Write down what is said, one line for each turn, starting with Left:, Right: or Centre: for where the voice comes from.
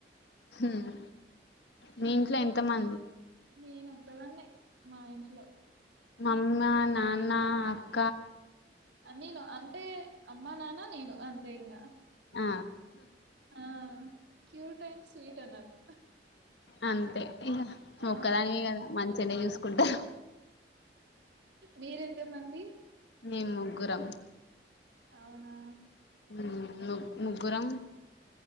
Left: మ్మ్ మీ ఇంట్లో ఎంత మంది
Right: నేను ఒక్కదాన్నే మా ఇంట్లో
Left: అమ్మ నాన్న అప్
Right: నేను అంటే అమ్మ నానా నేను అంతే ఇంగ
Left: ఆ
Right: ఆ క్యూర్ టైండ్ స్వీట్ అన్నట్
Left: అంతే ఇంక
Right: ఆ
Left: మొక్కదానివి కదా మంచిగనే చూసు కుంటా
Right: మీరెంత మంది
Left: మేం ముగ్గురం
Right: అవునా
Left: ఉమ్ ముగ్గురం